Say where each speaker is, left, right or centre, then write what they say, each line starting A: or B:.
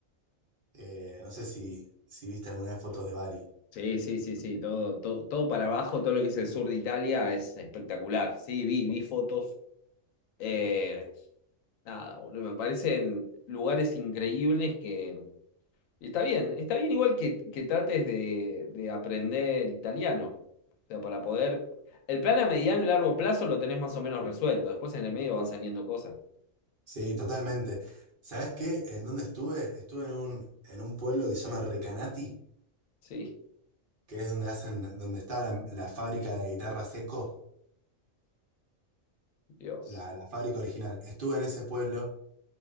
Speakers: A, on the right; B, on the left.
A: Eh, no sé si, si viste alguna de fotos de Bari.
B: Sí, sí, sí, sí, todo, todo, todo para abajo, todo lo que es el sur de Italia es espectacular. Sí, vi, vi fotos. Eh, nada, boludo, me parecen lugares increíbles que, Y Está bien, está bien igual que, que trates de, de aprender italiano. O sea, para poder... El plan a mediano y largo plazo lo tenés más o menos resuelto. Después en el medio van saliendo cosas.
A: Sí, totalmente. sabes qué? ¿En dónde estuve? Estuve en un, en un pueblo que se llama Recanati,
B: Sí,
A: que es donde hacen, donde está la, la fábrica de guitarra Seco,
B: <laughs> Dios,
A: la, la fábrica original. Estuve en ese pueblo,